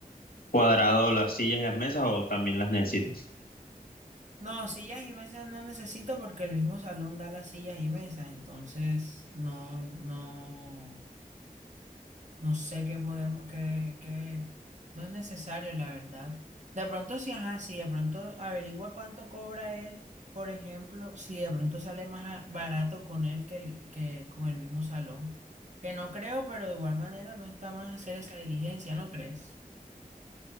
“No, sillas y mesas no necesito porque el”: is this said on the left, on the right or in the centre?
Right